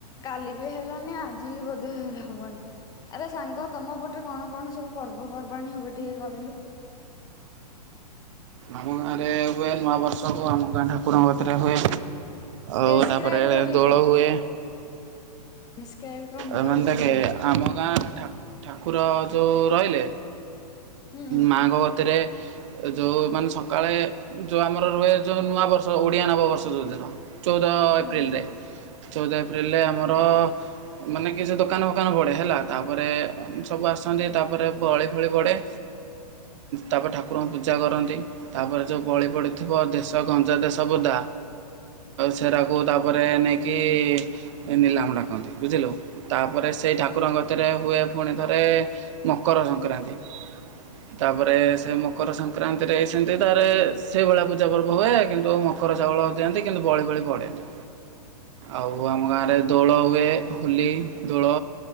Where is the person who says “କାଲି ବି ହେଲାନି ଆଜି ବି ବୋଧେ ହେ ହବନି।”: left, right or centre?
Left